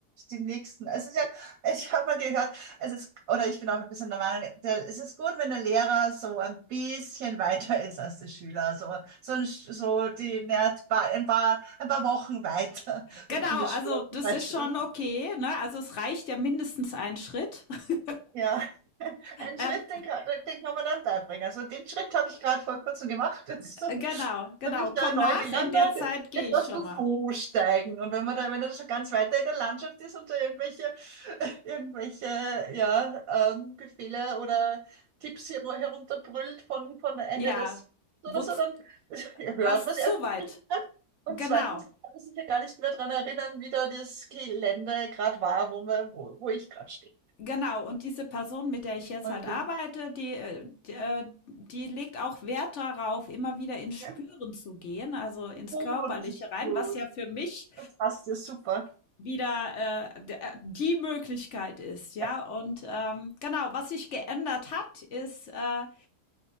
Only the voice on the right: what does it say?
die nächsten. Es ist ja, ich habe mal gehört, es ist, oder ich bin auch ein bisschen der Meinung, der, es ist gut, wenn der Lehrer so ein bisschen weiter ist als der Schüler. So, so, ein, so die, ne, ein paar, ein paar ein paar Wochen weiter <laughs>
in in der
Schule
zum Beispiel.
Ja, <laughs> einen
Schritt, den kann, den kann man dann beibringen. Also den Schritt habe ich gerade vor kurzem gemacht. Jetzt <laughs>
bin ich
da neu
gelandet.
Jetzt
lass
du
so steigen. Und wenn man da, wenn er da schon ganz weiter in der Landschaft ist und da irgendwelche, <laughs> irgendwelche, ja, ähm, Befehle oder Tipps hier nur herunterbrüllt von, von Ende
des oder
so, dann <laughs>
hört man es
erstens
nicht mehr. Und
zweitens kann ich mich ja gar nicht mehr daran erinnern, wie da das Gelände gerade war, wo, wir, wo, wo ich gerade stehe.
Oder
Ja.
Oh,
das ist
gut.
Das passt ja super.
Ja.